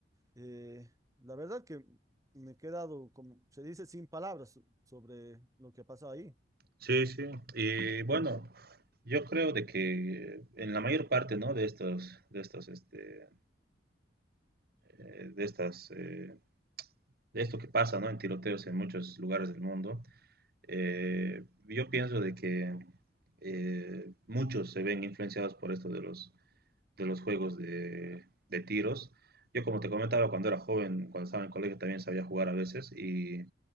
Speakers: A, on the right (about 20°); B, on the right (about 55°).
A: eh, la verdad que me he quedado, como se dice, sin palabras so- sobre lo que ha pasado ahí.
B: Sí, sí. Y bueno, yo creo de que en la mayor parte, ¿no? De estos, de estos, este, eh, de estas, eh, de esto que pasa, ¿no? En tiroteos en muchos lugares del mundo, eh, yo pienso de que eh, muchos se ven influenciados por esto de los, de los juegos de, de tiros. Yo, como te comentaba, cuando era joven, cuando estaba en el colegio, también sabía jugar a veces y